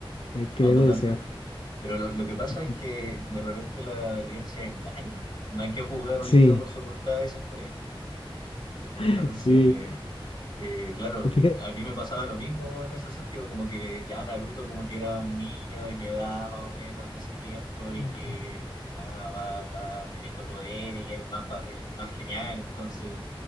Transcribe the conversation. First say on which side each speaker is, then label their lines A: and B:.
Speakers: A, on the left; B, on the left.
A: eh, que
B: no,
A: debe
B: totalmente.
A: de ser.
B: Pero lo, lo que pasa
A: Ujú.
B: es que de repente las apariencias engañan. No hay que juzgar
A: Sí,
B: un libro por su portada, dicen por ahí. Entonces...
A: <laughs> sí.
B: Eh, claro,
A: Y fíjate,
B: a mí me pasaba lo mismo en ese sentido, como que ya Naruto como que era un niño de mi edad más o menos en ese tiempo y
A: ajá.
B: que nada, va, va teniendo poder y el más, pa- el más genial, entonces,